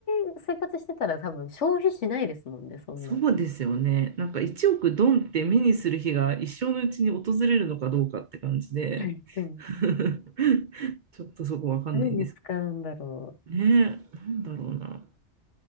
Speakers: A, on the left; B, on the right.
A: に生活してたら多分消費しないですもんね、そんな。
B: そうですよね。なんか1億ドンって目にする日が一生のうちに訪れるのかどうかって感じで、
A: はい。うん
B: <laughs> ちょっとそこわかんないんですけ
A: 何に使うんだろう。
B: どね。なんだろうな。